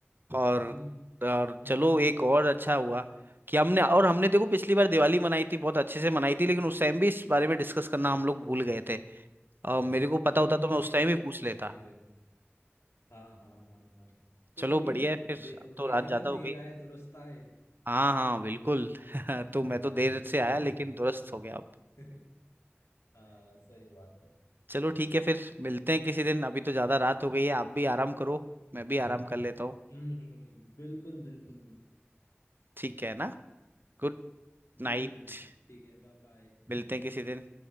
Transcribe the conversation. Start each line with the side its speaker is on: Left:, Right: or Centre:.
Right: और
Left: हम्म
Right: और
Left: हम्म
Right: चलो
Left: हम्म हम्म,
Right: एक और अच्छा हुआ कि हमने और हमने देखो पिछली बार दिवाली मनाई थी बहुत अच्छे से मनाई थी लेकिन उस टाइम भी इस बारे में डिस्कस करना हम लोग भूल गए थे अ, मेरे को पता
Left: हम्म,
Right: होता
Left: हम्म,
Right: तो मैं
Left: सही
Right: उस टाइम
Left: कह रहे
Right: ही
Left: हो आप बिल्कुल
Right: पूछ लेता
Left: सही कह रहे हो हाँ हाँ हाँ हाँ कोई
Right: चलो
Left: नहीं
Right: बढ़िया है फिर
Left: दे,
Right: अब
Left: वो
Right: तो
Left: कहते
Right: रात
Left: हैं
Right: ज्यादा
Left: ना देर
Right: हो गई
Left: आए दुरुस्त आए
Right: हाँ हाँ बिल्कुल <laughs> तो
Left: हम्म,
Right: मैं तो देर
Left: हम्म,
Right: से आया लेकिन दुरुस्त हो गया अब
Left: हम्म। <laughs> हाँ सही बात है
Right: <laughs> चलो ठीक है फिर मिलते हैं किसी दिन अभी तो ज्यादा रात हो गई है आप भी आराम करो मैं भी आराम कर लेता हूँ
Left: हम्म हम्म, बिल्कुल बिल्कुल बिल्कुल
Right: ठीक है ना Good night
Left: बिल्कुल बिल्कुल ठीक है Bye bye
Right: मिलते हैं किसी दिन